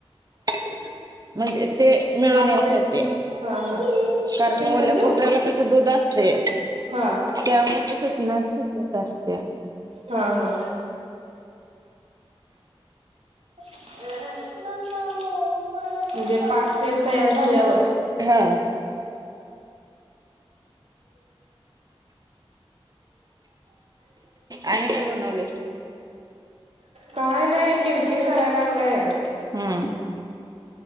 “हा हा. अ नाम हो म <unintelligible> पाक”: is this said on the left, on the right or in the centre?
Right